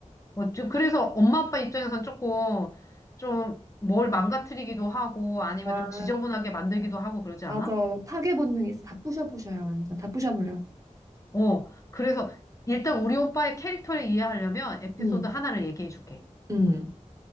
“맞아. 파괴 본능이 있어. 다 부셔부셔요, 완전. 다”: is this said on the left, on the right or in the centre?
Right